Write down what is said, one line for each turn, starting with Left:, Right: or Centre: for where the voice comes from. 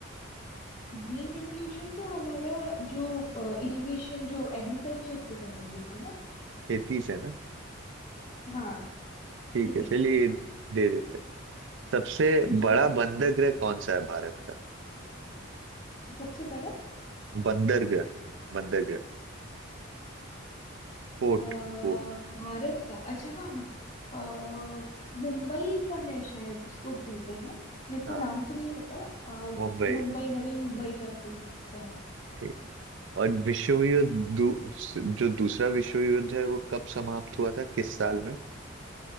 Left: ग्रीन रेवोल्यूशन तो हमारा जो इरिगेशन जो एग्रीकल्चर से संबंधित है ना
Right: खेती से ना
Left: हाँ
Right: ठीक
Left: खेती
Right: है चलिए
Left: से
Right: ये दे देते हैं सबसे
Left: <laughs>
Right: बड़ा बंदरगाह कौन सा है भारत का
Left: सबसे बड़ा
Right: बंदरगाह बंदरगाह पोर्ट
Left: अ,
Right: पोर्ट
Left: भारत का अच्छा हाँ हाँ अ, मुंबई का है शायद उसको कहते हैं ना मेरे को
Right: हाँ
Left: नाम
Right: हाँ
Left: तो नहीं पता अ,
Right: मुंबई
Left: मुंबई नवी मुंबई का कोई का है
Right: ठीक और विश्व युद्ध दू, जो दूसरा विश्व युद्ध है वो कब समाप्त हुआ था किस साल में